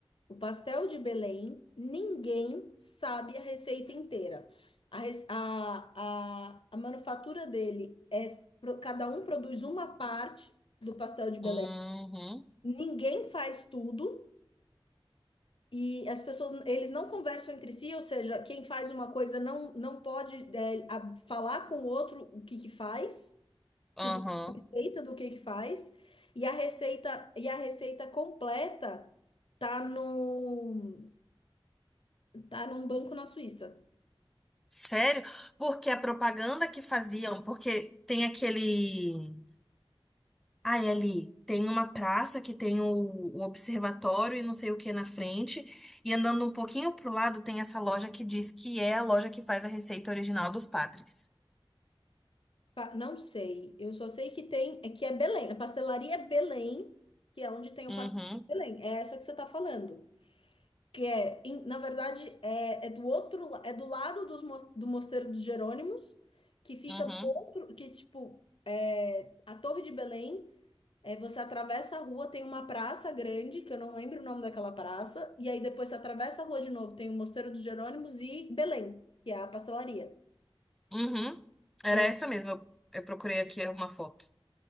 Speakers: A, on the left; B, in the centre.
A: o pastel de Belém, ninguém sabe a receita inteira. A, rece- a, a, a manufatura dele é, pro- cada um produz uma parte do pastel de Belém.
B: Uhum,
A: Ninguém faz tudo e as pessoas, eles não conversam entre si, ou seja, quem faz uma coisa não, não pode, é, a- falar com o outro o que que faz.
B: uhum.
A: Tipo, a receita do que que faz. E a receita, e a receita completa tá no, tá num banco na Suíça.
B: Sério? Porque a propaganda que faziam, porque tem aquele. Ai, ali, tem uma praça que tem o, o observatório e não sei o que na frente. E andando um pouquinho pro lado, tem essa loja que diz que é a loja que faz a receita original dos padres.
A: Pa- Não sei. Eu só sei que tem, é que é Belém. A pastelaria é Belém, que é onde tem o
B: Uhum,
A: pastel em Belém. É essa que você tá falando. Que é, em- na verdade, é, é do outro, la- é do lado dos, mos- do Mosteiro dos Jerônimos, que fica
B: uhum.
A: do outro, que tipo, é, a Torre de Belém É, você atravessa a rua, tem uma praça grande, que eu não lembro o nome daquela praça, e aí depois você atravessa a rua de novo, tem o Mosteiro dos Jerônimos e Belém, que é a pastelaria.
B: Uhum. Era
A: É,
B: essa mesmo. Eu, eu procurei aqui uma foto.